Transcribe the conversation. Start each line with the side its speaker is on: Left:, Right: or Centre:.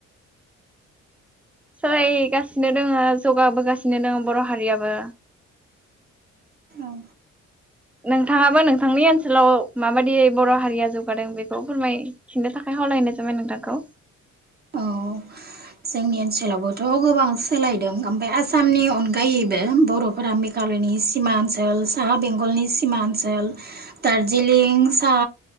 Centre: सोलायगासिनो दोङो जौगाबोगासिनो दङ बर' हारियाबो।
Right: औ
Centre: नोंथाङाबो नोंथांनि ओनसोलाव माबायदि बर' हारिया जौगादों बेखौ फोरमायफिननो थाखाय खावलायहनाय जाबाय नोंथांखौ।
Right: औ जोंनि ओनसोलावबोथ' गोबां सोलायदों ओमफ्राय आसामनि अनगायैबो बर'फोरा मेघालयनि सिमा ओनसोल साहा बेंख गलनि सिमा ओनसोल, दार्ज्लिं सा